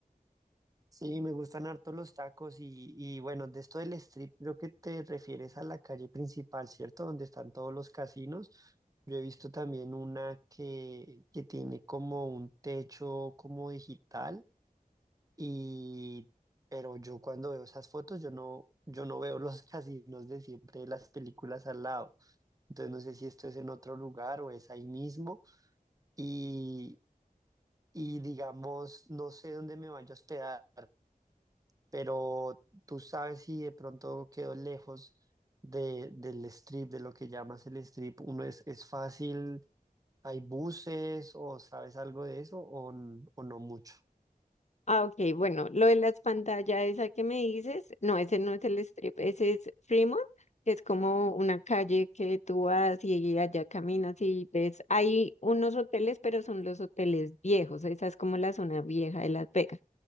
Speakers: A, on the right (about 25°); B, on the left (about 50°).
A: Sí, me gustan harto los tacos y, y bueno, de esto del strip creo que te refieres a la calle principal, ¿cierto? Donde están todos los casinos. Yo he visto también una que, que tiene como un techo como digital y pero yo cuando veo esas fotos yo no yo no veo los <laughs> casinos de siempre de las películas al lado. Entonces no sé si esto es en otro lugar o es ahí mismo y y digamos no sé dónde me vaya a hospedar. pero tú sabes si de pronto quedó lejos de, del strip, de lo que llamas el strip, uno es, es fácil, hay buses o sabes algo de eso o, n- o no mucho.
B: Ah, ok, bueno, lo de las pantallas, esa que me dices, no, ese no es el strip, ese es Fremont, que es como una calle que tú vas y allá caminas y ves, hay unos hoteles, pero son los hoteles viejos, esa es como la zona vieja de Las Vegas.